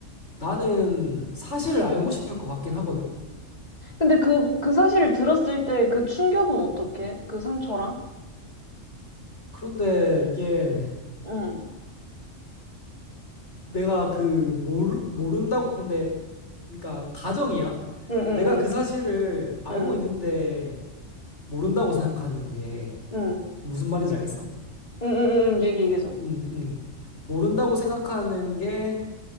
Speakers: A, on the left; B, on the left.
A: 나는 사실을 알고 싶을 것 같긴 하거든
B: 근데 그, 그 사실을 들었을 때 그 충격은 어떻게? 그 상처랑?
A: 그런데 이게
B: 응,
A: 내가 그 모르, 모른다고 근데 그러니까 가정이야
B: 응,
A: 내가 그
B: 응,
A: 사실을 알고
B: 응, 응,
A: 있는데 모른다고 생각하는 게
B: 응,
A: 무슨 말인지 알겠어?
B: 응, 응, 응, 응. 얘기, 얘기해줘.
A: 음, 음. 모른다고 생각하는 게